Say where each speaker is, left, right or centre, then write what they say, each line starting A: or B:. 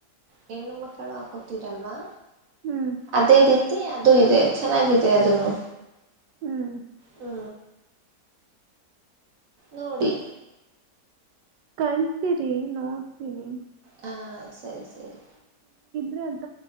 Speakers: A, on the right (about 60°); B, on the right (about 85°).
A: ಹೆಣ್ಣು ಮಕ್ಕಳು ಹಾಕೋತೀರಲ್ವಾ.
B: ಹ್ಮ್
A: ಅದೇ ರೀತ್ ತಿ ಅದು ಇದೆ ಚೆನ್ನಾಗಿದೆ ಅದುನು.
B: ಹ್ಮ್
A: ಹ್ಮ ನೋಡಿ.
B: ಕಳ್ಸಿರಿ ನೋಡ್ತೀನಿ.
A: ಹಾಂ ಸರಿ ಸರಿ.
B: ದ